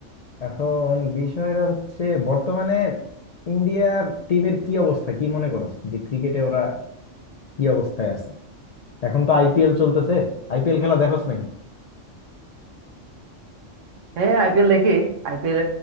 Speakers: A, on the left; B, on the right.
A: এখন বিষয়টা হচ্ছে বর্তমানে ইন্ডিয়া টিমের কি অবস্থা কি মনে করো যে ক্রিকেটে ওরা কি অবস্থায় আছে এখন তো আইপিএল চলতেছে আইপিএল খেলা দেখোস নাকি
B: হ্যাঁ আইপিএল দেখি আইপিএল